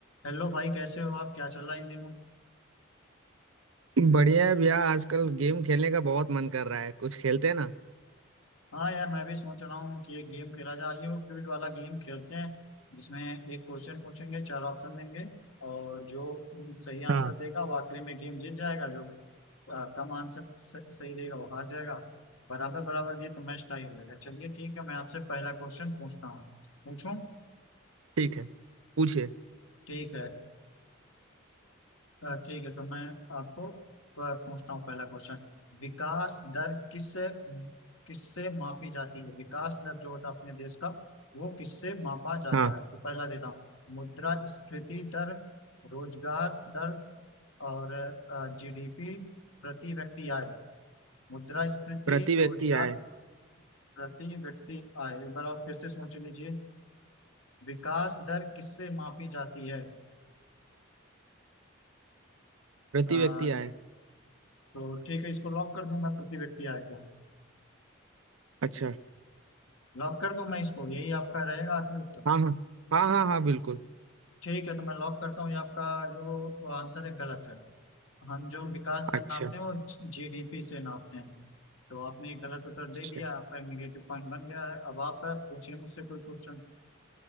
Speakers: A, on the left; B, on the right.
A: Hello भाई कैसे हो आप क्या चल रहा है इन दिनों
B: बढ़िया है भैया आजकल गेम खेलने का बहुत मन कर रहा है कुछ खेलते हैं ना
A: हाँ यार मैं भी सोच रहा हूँ कि एक गेम खेला जाए आइए वो क्विज वाला गेम खेलते हैं जिसमें एक क्वेश्चन पूछेंगे चार ऑप्शन देंगे और जो हम्म, सही आंसर
B: हाँ
A: देगा वो आखिरी में गेम जीत जाएगा जो आ, कम आंसर स- सही देगा वो हार जाएगा बराबर बराबर ये तो मैच टाई हो जाएगा चलिए ठीक है मैं आपसे पहला क्वेश्चन पूछता हूँ पूछूं
B: ठीक है पूछिए
A: ठीक है अ, ठीक है तो मैं आपको अ, पूछता हूँ पहला क्वेश्चन विकास दर किस किससे मापी जाती है विकास दर जो होता है अपने देश का वो किससे मापा जाता
B: हाँ
A: है तो पहला देता हूँ मुद्रा स्फीति दर रोजगार दर और जीडीपी प्रति व्यक्ति आय मुद्रा स्फीति
B: प्रति व्यक्ति
A: रोजगार
B: आए
A: प्रति व्यक्ति आय एक बार आप फिर से सोच लीजिए विकास दर किससे मापी जाती है
B: प्रति
A: अ,
B: व्यक्ति आए
A: तो ठीक है इसको लॉक कर दूं मैं प्रति व्यक्ति आय को
B: अच्छा
A: लॉक कर दूं मैं इसको यही आपका रहेगा आखिरी उत्तर
B: हाँ हाँ हाँ हाँ हाँ बिल्कुल
A: ठीक है तो मैं लॉक करता हूँ ये आपका जो आंसर है गलत है हम जो विकास दर
B: अच्छा
A: नापते हैं वो जीडीपी से नापते हैं तो आपने ये गलत उत्तर दे
B: अच्छा
A: दिया आपका निगेटिव पॉइंट बन गया है अब आप अ, पूछिए मुझसे कोई क्वेश्चन